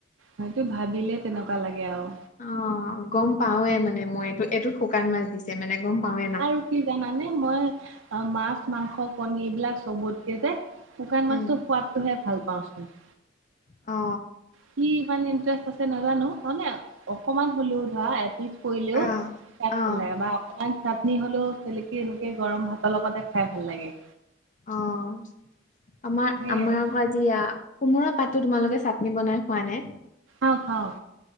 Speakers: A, on the right; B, on the left.
A: হয়তো ভাবিলে তেনেকুৱা লাগে আৱ
B: অ গম পাওৱে মানে মই এই এইটোত শুকান মাছ দিছে ছে মানে গম পাওৱে
A: আৰু কি জানানে মই মাছ মাংস কণী এইবিলাক চবতকে যে- শুকান
B: উম,
A: মাছটো সোৱাতটোহে ভাল পাওঁচোন।
B: অ।
A: কি ইমান ইণ্টাৰেষ্ট আছে নাজানো মানে অকমান হ'লেও ধৰা এপিছ- পৰিলেও,
B: আহ
A: খাই
B: অ
A: ভাল লাগে বা অকণমান - নি হ'লেও চেলেকি এনেকে গৰম ভাতৰ লগতে খাই ভাল লাগে।
B: অ', আমাৰ
A: সেয়া
B: আমাৰ কাজিয়া, কোমোৰা পাতো তোমালোকে চাটনি বনাই খোৱা নে?
A: অ খাওঁ,